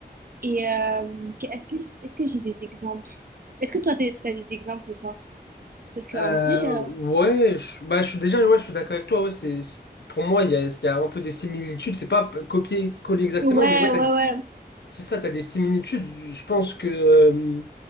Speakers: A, on the right; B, on the left.
A: Et euh, que- est-ce que, est-ce que j'ai des exemples? Est-ce que toi, t'as t'as des exemples ou pas? Parce qu'en
B: Euh,
A: vrai, euh,
B: ouais, je, bah, je suis déjà ouais, je suis d'accord avec toi. Ouais, c'est, c'est- pour moi, il y a, il y a un peu des similitudes. C'est pas copier-coller exactement,
A: ouais,
B: mais ouais,
A: ouais,
B: t'as,
A: ouais.
B: C'est ça, tu as des similitudes. Je pense que, euh,